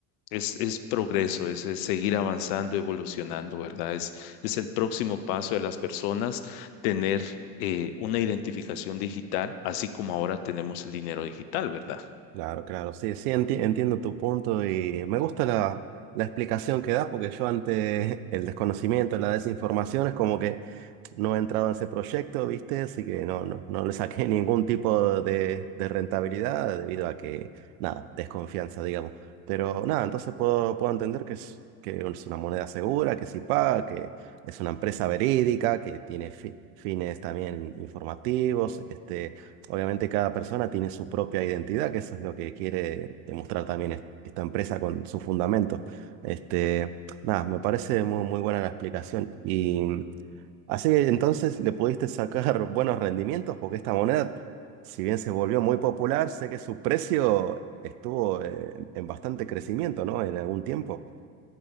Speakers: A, on the left; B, on the right.
A: es, es progreso, es, es seguir avanzando, evolucionando, ¿verdad? Es, es el próximo paso de las personas tener... eh, una identificación digital, así como ahora tenemos el dinero digital, ¿verdad?
B: Claro, claro, sí, sí, enti- entiendo tu punto y me gusta la, la explicación que das porque yo ante el desconocimiento, la desinformación, es como que no he entrado en ese proyecto, ¿viste? Así que no, no, no le saqué <laughs> ningún tipo de, de rentabilidad debido a que, nada, desconfianza, digamos. Pero nada, entonces puedo, puedo entender que es, que es una moneda segura, que sí paga, que es una empresa verídica, que tiene fi- fines también informativos. Este, obviamente cada persona tiene su propia identidad, que eso es lo que quiere demostrar también es- esta empresa con su fundamento. Este, nada, me parece muy, muy buena la explicación. Y. Así que entonces le pudiste sacar <laughs> buenos rendimientos porque esta moneda, si bien se volvió muy popular, sé que su precio estuvo eh, en bastante crecimiento, ¿no? En algún tiempo.